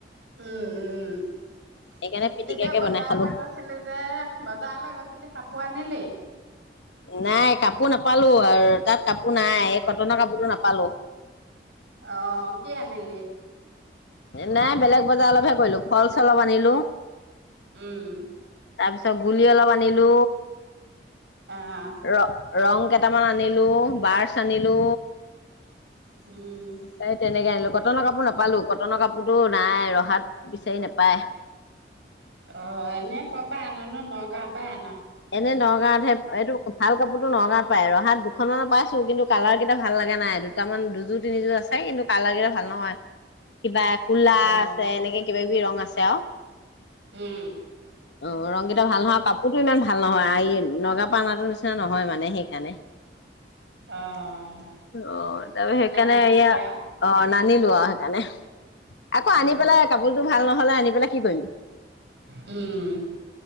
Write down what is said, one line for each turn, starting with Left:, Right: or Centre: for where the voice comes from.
Right: উম', উম',
Left: সেইকাৰণে পিটিকাকে
Right: দয়া বজাৰ
Left: বনাই খালো।
Right: লগ আছিল যে, বজাৰলৈ গৈছিলি কাপোৰ আনিলি?
Left: নাই কাপোৰ নাপালো আৰু তাত কাপোৰ নাই, এই কটনৰ কাপোৰতো নাপালো। <inaudible>
Right: অহ', কি আনিলি?
Left: নাই বেলেগ বজাৰ অলপহে কৰিলো, ফল চল অলপ আনিলো।
Right: উম',।
Left: তাৰপিছত গুলি অলপ আনিলো।
Right: অ',।
Left: ৰং- ৰং কেইটামান আনিলো, ব্ৰাছ আনিলো।
Right: উম,
Left: এই তেনেকে আনিলো, কটনৰ কাপোৰ নাপালো, কটনৰ কাপোৰতো নাই, ৰহাত বিচাৰি নাপায়।
Right: অ', এনেই কৰ' পৰা আন নো? নগাঁৱৰ পৰা আন'।
Left: এনে নগাঁৱত হে, এইটো ভাল কাপোৰতো নগাঁৱত পাই, ৰহাত দুখনমানৰ পাইছো, কিন্তু কালাৰ কেইটা ভাল লগা নাই এই। দুটামান দুযোৰ, তিনিযোৰ আছে কিন্তু কালাৰ কিটা ভাল নহয়। কিবা ক'লা
Right: অ',
Left: আছে, এনেকে কিবা কিবি ৰং আছে আৰু।
Right: উম,
Left: অ', ৰংকেইটা ভাল নহয় কাপোৰতো ইমান ভাল নহয়, আ' নগাওঁ পৰা অনা নিচনা নহয় মানে সেইকাৰণে।
Right: অ',
Left: অ', ত' সেইকাৰণে
Right: নানিলি
Left: এইয়া
Right: আৰু?
Left: অ', নানিলো আৰু সেইকাৰণে। আকৌ
Right: উম,
Left: আনি পেলাই কাপোৰটো ভাল নহলে, আনি পেলাই কি কৰিম।
Right: উম।